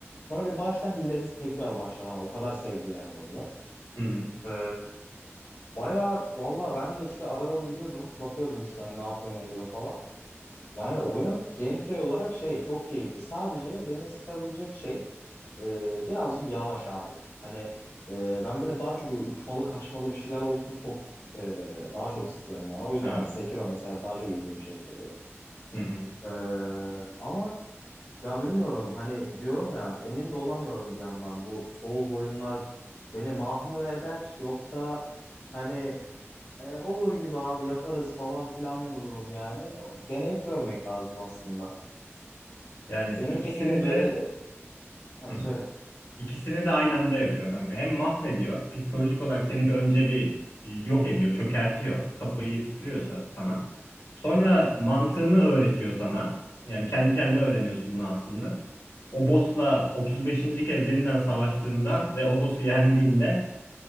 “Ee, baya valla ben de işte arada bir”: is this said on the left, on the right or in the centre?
Left